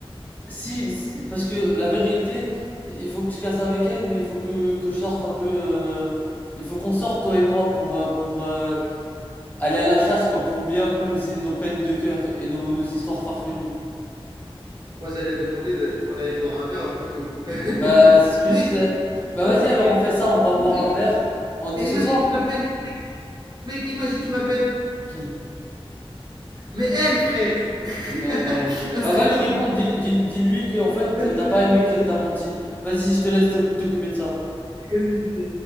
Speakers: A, on the left; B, on the right.
A: Si, si- parce que la vérité, il faut que je casse avec elle, mais il faut que, que je sorte un peu. euh, il faut qu'on sorte, toi et moi, pour, euh, pour euh, aller à la chasse, quoi, pour oublier un peu nos, hi- nos peines de cœur et nos, nos histoires farfelues.
B: Moi j'allais demander de- qu'on aille boire un verre plutôt. <laughs>
A: Bah, c'est ce que
B: Mec,
A: je disais. Bah,
B: t'appelles
A: vas-y,
B: avec
A: alors
B: elle.
A: on fait ça, on va boire
B: Imagine,
A: un verre. On dit
B: imagine
A: ce soir?
B: qu'il m'appelle. Mec, imagine qu'il m'appelle.
A: Qui?
B: Mais elle, frère <laughs>
A: Mec.
B: La
A: Bah,
B: stripteaseuse
A: va lui répondre, dis-lui dis, dis- dis-lui que, en fait,
B: du
A: t'as pas aimé qu'elle t'a menti. Vas-y, je te laisse t'oc- t'occuper de ça.
B: magazine.